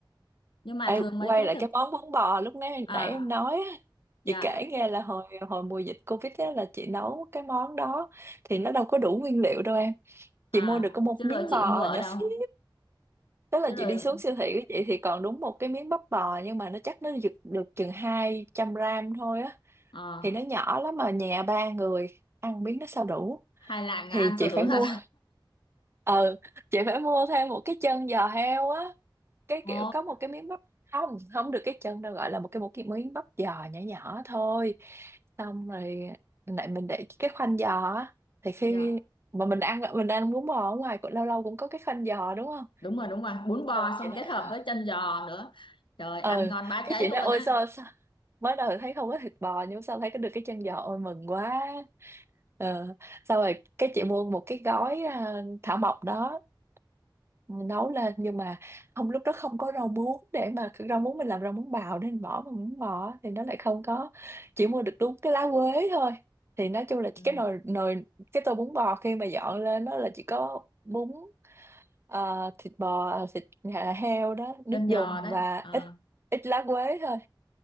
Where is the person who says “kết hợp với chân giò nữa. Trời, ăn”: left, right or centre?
Left